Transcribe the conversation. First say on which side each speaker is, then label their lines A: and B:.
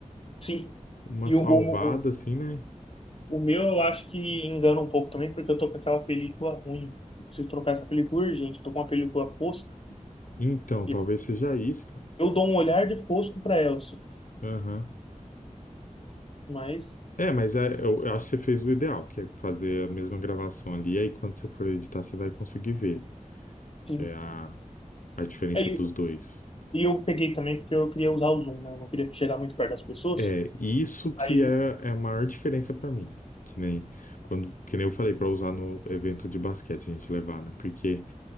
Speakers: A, on the left; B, on the left.
A: sim.
B: uma
A: E
B: salvada
A: o, o, o,
B: assim, né?
A: o meu eu acho que engana um pouco também, porque eu tô com aquela película ruim. Preciso trocar essa película urgente. Tô com uma película fosca.
B: Então,
A: E
B: talvez seja isso, cara.
A: eu dou um olhar de fosco para ela, assim.
B: Aham.
A: Mas,
B: É, mas é, eu, eu acho que você fez o ideal, que é fazer a mesma gravação ali, e aí quando você for editar, você vai conseguir ver
A: sim.
B: é, a, a diferença
A: É,
B: dos dois.
A: E eu peguei também porque eu queria usar o zoom, né? Eu não queria chegar muito perto das pessoas.
B: É, e isso que
A: Aí,
B: é, é a maior diferença para mim. Que nem, quando, que nem eu falei para usar no evento de basquete, a gente levar, né? Porque